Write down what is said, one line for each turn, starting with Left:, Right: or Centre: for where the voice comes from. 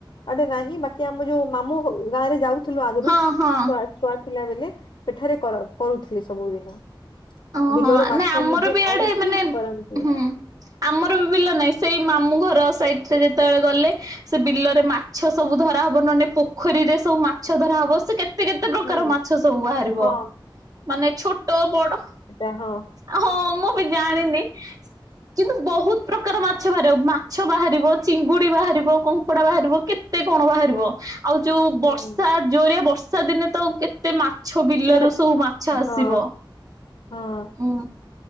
Left: ଆଡ଼େ ନାହିଁ, ବାକି ଆମ ଯୋଉ ମାମୁ ଗାଁରେ ଯାଉଚ୍ ଥିଲୁ ଆଗରୁ,
Right: ହଁ ହଁ।
Left: ଛୁଆ ଛୁଆ ଥିଲା ବେଲେ ସେଠାରେ କର୍ କରୁଥିଲେ ସବୁଦିନ।
Right: ଅଁ
Left: ବିଲରୁ
Right: ହଁ,
Left: ମାଛ
Right: ନା ଆମର
Left: ନିଜେ
Right: ବି ଆଡ଼େ
Left: ଆଣିକି
Right: ମାନେ,
Left: କରନ୍ତି
Right: ହୁଁ। ଆମର ବି ବିଲ ନାଇଁ, ସେଇ ମାମୁଁ ଘର ସାଇଟ୍। ସିଏ ଯେତେବେଳେ ଗଲେ, ସେ ବିଲରେ ମାଛ ସବୁ ଧରାହବ, ନନେ ପୋଖରୀରେ ସବୁ ମାଛ ଧରାହବ। ସେ କେତ୍ କେତେ କେତେ ପ୍ରକାର
Left: ହୁଁ
Right: ମାଛ ସବୁ ବାହାରିବ,
Left: ହଁ।
Right: ମାନେ ଛୋଟ ବଡ଼
Left: ଓହୋ।
Right: ଆ ହଁ, ମୁଁ ବି ଜାଣିନି। କିନ୍ତୁ ବହୁତ୍ ପ୍ରକାର ମାଛ ବାହାରିବ, ମାଛ ବାହାରିବ, ଚିଙ୍ଗୁଡି ବାହାରିବ, କଙ୍କଡ଼ା ବାହାରିବ, କେତ୍ କେତେ କଣ ବାହାରିବ, ଆଉ ଯୋଉ
Left: ହୁଁ।
Right: ବର୍ଷା ଜୋରିଆ ବର୍ଷା ଦିନେ ତ, କେତ୍ କେତେ ମାଛ, ବିଲ
Left: ସେମାନେ
Right: ରୁ ସବୁ ମାଛ ଆସିବ।
Left: ହଁ ହଁ।
Right: ହୁଁ।